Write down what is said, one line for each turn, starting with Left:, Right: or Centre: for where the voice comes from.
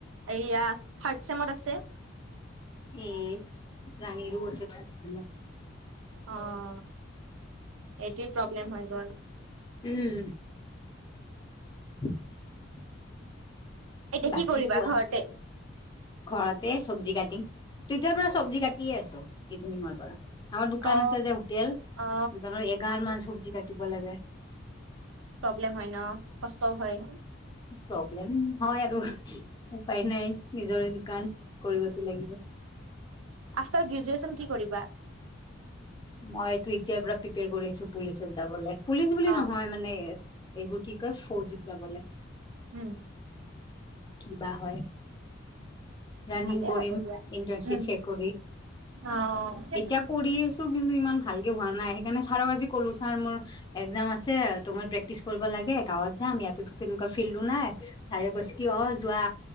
Right: এইয়া থাৰ্ড ছেমত আছে
Left: উম ৰাণীৰো আছে থাৰ্ড ছেমত
Right: অ এইটোয়ে প্ৰব্লেম হৈ গল
Left: উম <unintelligible>
Right: এতিয়া
Left: বাকি
Right: কি কৰিবা
Left: কোৱা
Right: ঘৰতে
Left: কোৱা ঘৰতে চব্জি কাটিং তেতিয়াৰ পৰা চব্জি কাটিয়ে আছ ইভিনিংৰ পৰা আমাৰ দোকান
Right: অ
Left: আছে যে হোটেল
Right: অ
Left: দোকানৰ এগাল মান চব্জি কাটিব লাগে
Right: প্ৰব্লেম হয় ন কষ্টও হয়
Left: প্ৰব্লেম হয় আৰু উপায় নাই নিজৰে দোকান কৰিবতো লাগিব
Right: আফটাৰ গ্ৰেজুৱেচন কি কৰিবা
Left: মইতো এতিয়া পৰা প্ৰিপেয়াৰ কৰি আছো পুলিচত যাবলে পুলিচ বুলি
Right: অ
Left: নহয় মানে এইবোৰ কি কয় ফৌজিত যাবলে
Right: উম
Left: কি বা হয় ৰাণিং
Right: ভালেই
Left: কৰিম
Right: হ'ব দিয়া
Left: ইণ্টাৰ্ণশ্বিপ
Right: উম
Left: শেষ কৰি
Right: অ
Left: এতিয়া কৰি মোৰ কিন্তু ইমান ভালকে হোৱা নাই সেইকাৰণে ছাৰক আজি কলো ছাৰ মোৰ এক্সজাম আছে তোমাৰ প্ৰেক্টিচ কৰিব লাগে গাঁৱত যাম ইয়াতেতো তেনেকুৱা ফিল্ডো নাই ছাৰে কৈছ কি অ যোৱা